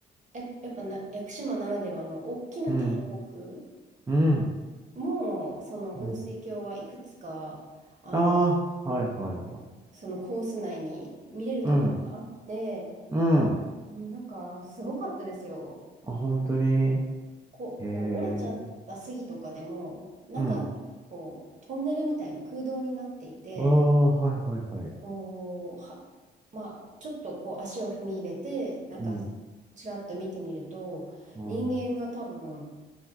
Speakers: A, on the right; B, on the right.
A: や、やっぱな、屋久島ならではの大きな大木
B: うん、うん、
A: も、その雲水峡はいくつか、
B: うん。
A: あの、
B: ああ、はい、はい、はい。
A: そのコース内に見れるところがあって、
B: うん、うん。
A: うんなんかすごかったですよ。
B: あ、本当に。
A: こう、
B: えー、
A: こう折れちゃった杉とかでも、中がこうトンネルみたいに空洞になっていて、
B: うん。ああ、はい、はい、はい。
A: こう、は、まあ、ちょっとこう足を踏み入れて、なんか
B: うん。
A: ちらっと見てみると、
B: あー
A: 人間が多分、